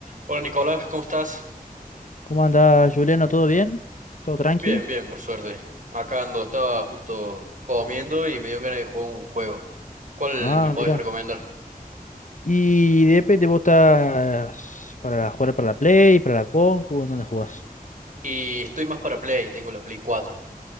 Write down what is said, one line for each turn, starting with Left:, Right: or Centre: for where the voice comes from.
Right: Hola Nicolás, ¿cómo estás?
Left: ¿Cómo andás, Juliano? ¿Todo bien? ¿Todo tranqui?
Right: Bien, bien, por suerte. Acá ando, estaba justo comiendo y me dio ganas de jugar un juego. ¿Cuál
Left: Ah,
Right: me podés
Left: mira.
Right: recomendar?
Left: ¿Y de P te vos estás para jugar para la Play, para la compu? ¿en ¿Dónde jugás?
Right: Y estoy más para Play, tengo la Play cuatro.